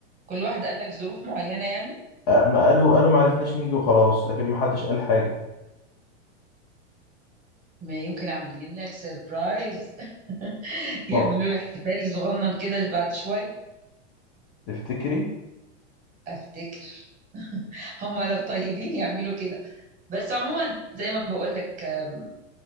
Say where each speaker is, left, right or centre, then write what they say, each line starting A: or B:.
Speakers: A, on the right; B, on the left.
A: كل واحد قال لك ظروف معينة يعني
B: أه، ما قالوا قالوا ما عرفناش نيجي وخلاص لكن ما حدش قال حاجه
A: ما يمكن عاملين لك سيربرايز <laughs> يعملوا
B: اه
A: له احتفال صغنن كده بعد شوية
B: تفتكري
A: افتكر هم لو طيبين يعملوا كده بس عموما زي ما بقول لك آم،